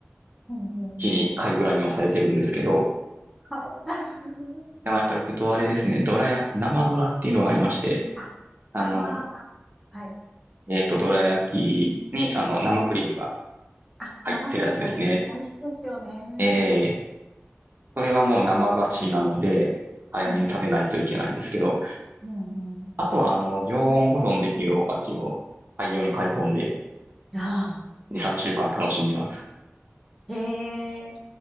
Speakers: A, in the centre; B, on the right (about 50°).
A: うんうんうんうん。
B: 月に1回ぐらいに抑えてるんですけど、
A: はい。<laughs>
B: でもやっぱり行くとあれですね、ドラや生ドラっていうのがありまして、
A: あ、
B: あの、
A: ああ、はい。
B: えっと、ドラ焼きに、あの、生クリームが
A: あ、
B: 入ってるやつですね。
A: 生クリーム入ってます。美味しいですよね。
B: えー、
A: わ、
B: それはもう生菓子なので、早めに食べないといけないんですけど、
A: うんうん。うんうん。
B: あとは、あの、常温保存できるお菓子を大量に買い込んで、
A: あ
B: 2、3週間楽しんでます。
A: あ。へえ、